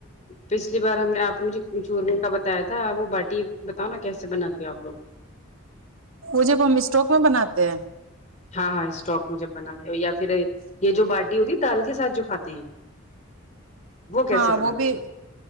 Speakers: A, on the left (about 35°); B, on the right (about 75°).
A: پچھلی بار ہم نے آپ نے مجھے چورمے کا بتایا تھا وہ باٹی بتاؤ نا کیسے بناتے آپ لوگ
B: وہ جب ہم اسٹوک میں بناتے ہیں
A: ہاں ہاں اسٹوک میں جب بنا رہے ہو یا پھر یہ جو باٹی ہوتی ہے دال کے ساتھ جو کھاتے ہیں کیسے
B: ہاں
A: بناتے
B: وہ بھی
A: ہیں